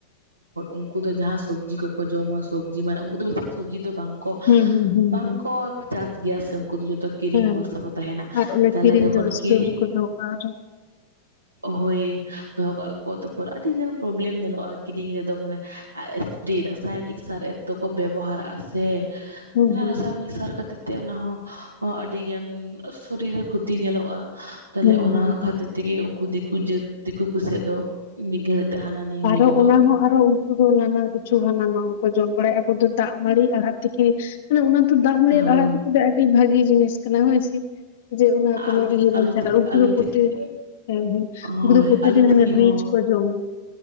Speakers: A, on the right; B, on the left.
A: ᱩᱱᱠᱩ ᱫᱚ ᱡᱟᱦᱟᱸ ᱥᱚᱵᱽᱡᱤ ᱠᱚᱠᱚ ᱡᱚᱢᱟ᱾ ᱥᱚᱵᱽᱡᱤ ᱢᱟᱱᱮ ᱩᱱᱠᱩ ᱫᱚ ᱵᱮᱥᱤ ᱥᱚᱵᱽᱡᱤ ᱫᱚ ᱵᱟᱝ᱾ ᱠᱚ
B: ᱦᱩᱸ ᱦᱩᱸ ᱦᱩᱸ
A: ᱵᱟᱝ
B: ᱦᱩᱸ
A: ᱠᱚ ᱪᱟᱥ ᱜᱮᱭᱟ ᱥᱮ ᱩᱱᱠᱩ ᱫᱚ ᱡᱚᱛᱚ ᱠᱤᱨᱤᱧ
B: ᱦᱮᱸ
A: ᱵᱷᱚᱨᱥᱟ ᱠᱚ ᱛᱟᱦᱮᱱᱟ᱾
B: ᱟᱨ ᱚᱱᱟ
A: ᱛᱟᱦᱞᱮ
B: ᱠᱤᱨᱤᱧ
A: ᱡᱚᱠᱷᱚᱱ
B: ᱫᱚ ᱥᱴᱳᱨ
A: ᱠᱤᱨᱤ
B: <unintelligible>
A: ᱦᱚᱭ ᱫᱚᱦᱚ ᱠᱟᱜ ᱠᱚᱣᱟ ᱛᱟᱨᱯᱚᱨ ᱟᱹᱰᱤᱜᱟᱱ ᱯᱨᱚᱵᱞᱮᱢ ᱧᱮᱞᱚᱜᱼᱟ ᱠᱤᱫᱤᱧ ᱨᱮᱫᱚ ᱢᱟᱱᱮ <unintelligible> ᱨᱟᱥᱟᱭᱚᱱᱤᱠ ᱥᱟᱨ ᱮᱛᱚ ᱠᱚ ᱵᱮᱵᱚᱦᱟᱨᱟᱜᱼᱟ ᱥᱮ
B: ᱦᱩᱸ ᱦᱩᱸ
A: ᱨᱟᱥᱟᱭᱚᱱᱤᱠ ᱥᱟᱨ ᱠᱷᱟᱛᱤᱨ ᱛᱮ ᱚᱱᱟ ᱦᱚᱸ ᱟᱹᱰᱤᱜᱟᱱ ᱥᱚᱨᱤᱨ ᱨᱮ ᱠᱷᱩᱚᱛᱤ ᱧᱮᱞᱚᱜᱼᱟ᱾ ᱛᱟᱞᱦᱮ
B: ᱦᱩᱸ
A: ᱚᱱᱟ
B: ᱦᱩᱸ ᱦᱩᱸ ᱦᱩᱸ
A: ᱠᱷᱟᱹᱛᱤᱨ ᱛᱮᱜᱮ ᱩᱱᱠᱩ ᱫᱤᱠᱩ ᱡᱟᱹᱛ ᱫᱤᱠᱩ ᱯᱩᱥᱟᱹᱜ ᱫᱚ ᱢᱤᱫ ᱜᱷᱟᱹᱲᱤᱡ ᱛᱮ ᱦᱟᱱᱟ ᱱᱤᱭᱟᱹ ᱦᱩᱭ
B: ᱟᱨᱚ
A: ᱜᱚᱫᱚᱜᱼᱟ
B: ᱚᱱᱟ ᱦᱚᱸ ᱟᱨᱚ ᱩᱱᱠᱩ ᱫᱚ ᱱᱟᱱᱟ ᱠᱤᱪᱷᱩ ᱦᱟᱱᱟ ᱱᱟᱣᱟ ᱠᱚ ᱡᱚᱢ ᱵᱟᱲᱟᱭᱟ ᱟᱵᱚ ᱫᱚ ᱫᱟᱜ ᱢᱟᱹᱲᱤ ᱟᱲᱟᱜ ᱛᱷᱮᱠᱮ ᱢᱟᱱᱮ ᱚᱱᱟ ᱫᱚ ᱫᱟᱜ ᱢᱟᱲᱤ
A: ᱦᱳᱭ
B: ᱟᱲᱟᱜ ᱛᱮᱠᱮ ᱟᱹᱰᱤ ᱵᱷᱟᱜᱤ ᱡᱤᱱᱤᱥ ᱠᱟᱱᱟ ᱦᱳᱭ ᱥᱮ ᱡᱮ ᱚᱱᱟ
A: ᱟᱞᱩ
B: ᱠᱚᱱᱚ ᱤᱭᱟᱹ
A: ᱟᱞᱩ
B: ᱵᱟᱝ ᱠᱟᱱᱟ
A: ᱛᱤᱠᱤ
B: ᱩᱱᱠᱩ
A: ᱟᱞᱩ
B: ᱱᱩᱠᱩ
A: ᱛᱤᱠᱤ
B: ᱛᱮ ᱦᱮᱸ ᱦᱮᱸ
A: ᱦᱳᱭ
B: ᱩᱠᱩᱫᱚ ᱯᱨᱚᱛᱤᱫᱤᱱ
A: ᱟᱞᱩ ᱛᱤᱠᱤ ᱦᱚᱸ
B: ᱨᱤᱪ ᱠᱚ ᱡᱚᱢᱟ